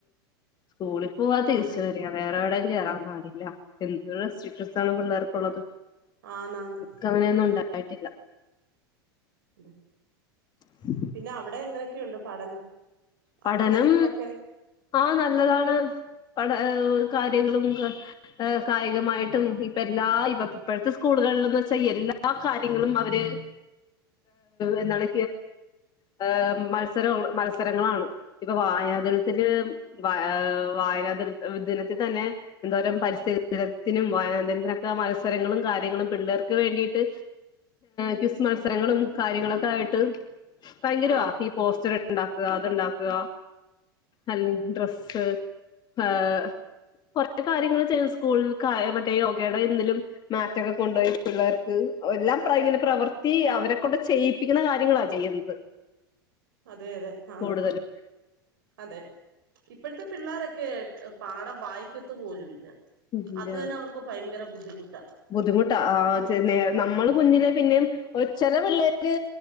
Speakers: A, on the left; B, on the right.
A: സ്കൂളിൽ പോവാതിരിച്ച
B: അതെ
A: വര വേറെ എവിടെയും കേറാ പാടില്ല എന്ത് റെസ്ട്രിക്ഷൻസാ ണ് പിള്ളേർകൊ ള്ളത് മ്മക്ക്
B: ആന്നാന്ന്
A: അങ്ങനെയൊന്നും ഉണ്ടായിട്ടില്ല
B: തെ
A: <inaudible>
B: പിന്നെ അവിടെ ങ്ങനെയൊക്കെയുണ്ട് പഠനം അവിടുത്തെ
A: പഠനം
B: സ്കൂളൊക്കെ
A: ആ നല്ലതാണ് പഠ കാര്യങ്ങളുക്ക കായികമായിട്ടും ഇപ്പ എല്ലാ ഇപ്പ ഇപ്പോഴത്തെ സ്കൂളുകളിലന്ന് വെച്ചാൽ എല്ലാ എല്ലാ കാര്യങ്ങളും അവര് എന്താണ് ഹ മത്സര മത്സരങ്ങളാണ് ഇപ്പൊ വായനാതിരത്തിന്റെ വ വായനാതിര ദിനത്തിൽ തന്നെ എന്തോരം പരിസ്ഥിതിത്തിനും വായനദത്തിനൊക്കെ മത്സരങ്ങളും കാര്യങ്ങളും പിള്ളേർക്ക് വേണ്ടിട്ട് ക്വിസ് മത്സരങ്ങളും കാര്യങ്ങളൊക്കെ ആയിട്ട് ഭയങ്കരവാ
B: ആ
A: ഈ പോസ്റ്റർ ഉണ്ടാക്കുക അതുണ്ടാക്കുക അല്ലി ഡ്രെസ്സ് ആഹ് കുറെ കാര്യങ്ങൾ ചെയ്യ സ്കൂള മറ്റേ യോഗയുടെ എന്തതിലും മാറ്റൊക്കെ കൊണ്ടുപോയി പിള്ളേർക്ക് എല്ലാം ഇങ്ങനെ പ്രവർത്തി അവരെക്കൊണ്ട് ചെയ് പപ്പിക്കുന്ന കാര്യങ്ങളാ ചെയ്യുന്നത്
B: അതെ അതെ ആന്ന്
A: കൂടുതലും
B: അതെ ഇപ്പഴത്തെ പിള്ളോരൊക്കെ പാടം വായിക്കത്ത പോലുംല്ല
A: പിന്നെ
B: അത് തന്നെ അവർക്ക് ഭയങ്കര ബുദ്ധിമുട്ടാ
A: ബുദ്ധിമുട്ടാ ആഹ് നേ നമ്മള് കുഞ്ഞിലെ പിന്നെയും ഒ ചില പിള്ളേര്